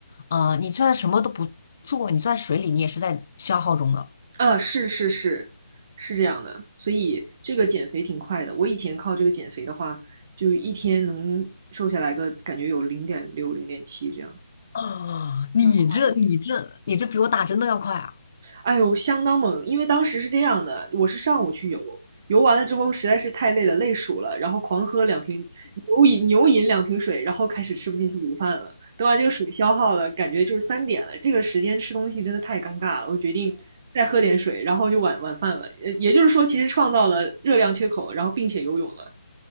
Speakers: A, on the left; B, on the right.
A: 呃，你就算什么都不做，你就在水里，你也是在消耗中的。
B: 啊，是是是，是这样的，所以这个减肥挺快的。我以前靠这个减肥的话，就一天能瘦下来个感觉有零点六、零点七这样，
A: 啊，你这你这你这比我打针都要快啊！
B: 蛮快哎呦，相当猛！因为当时是这样的，我是上午去游，游完了之后实在是太累了，累鼠了，然后狂喝两瓶牛饮牛饮两瓶水，然后开始吃不进去午饭了。等把这个水消耗了，感觉就是三点了，这个时间吃东西真的太尴尬了。我决定再喝点水，然后就晚晚饭了。也也就是说，其实创造了热量缺口，然后并且游泳了。